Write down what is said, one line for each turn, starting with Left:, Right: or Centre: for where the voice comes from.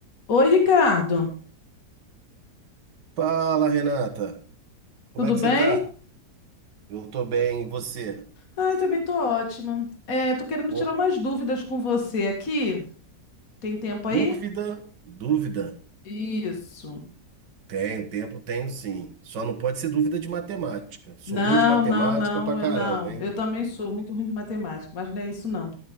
Left: Oi, Ricardo.
Right: Fala, Renata. Como
Left: Tudo
Right: é que
Left: bem?
Right: você tá? Eu tô bem, e você?
Left: Ai, também tô ótima. É, tô querendo
Right: Com
Left: tirar umas dúvidas com você aqui. Tem tempo
Right: dúvida?
Left: aí?
Right: Dúvida?
Left: Isso.
Right: Tenho, tempo tenho sim. Só não pode ser dúvida de matemática. Sou
Left: Não,
Right: ruim de matemática
Left: não, não,
Right: pra caramba,
Left: eu não.
Right: hein?
Left: Eu também sou muito ruim de matemática, mas não é isso não.